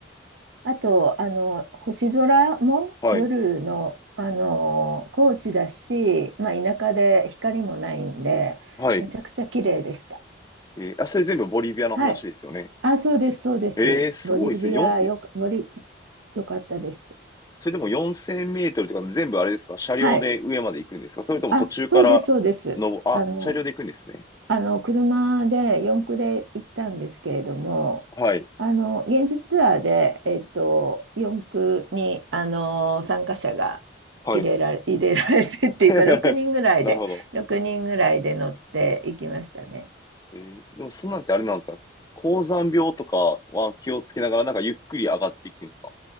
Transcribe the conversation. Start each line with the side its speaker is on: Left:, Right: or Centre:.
Right: あと、あの、星空も夜の、
Left: はい、
Right: あの、高知だし、まあ、田舎で光もないんで、
Left: はい。
Right: めちゃくちゃ綺麗でした。
Left: えーあ、それ全部ボリビアの話ですよね。
Right: はい。あ、そうです、そうです。
Left: ええーすごいですね。
Right: ボリビア、
Left: 四
Right: よか、ボリ、よかったです。
Left: それでも4000メートルとか全部あれですか車両で上まで行くんですかそれとも途中からの、
Right: はい。あ、そうです、そうです。
Left: あ、
Right: あの、
Left: 車両で行くんですね。
Right: あの、車で四駆で行ったんですけれども、
Left: はい、
Right: あの、現地ツアーで、えっと、四駆に、あの、参加者が入れられ、
Left: はい。
Right: 入れられてっていうか、
Left: <laughs>
Right: 6人ぐらいで、
Left: なるほど。
Right: 6人ぐらいで乗っていきましたね。
Left: えーでもそんなんってあれなんですか高山病とかは気をつけながらなんかゆっくり上がっていくんですか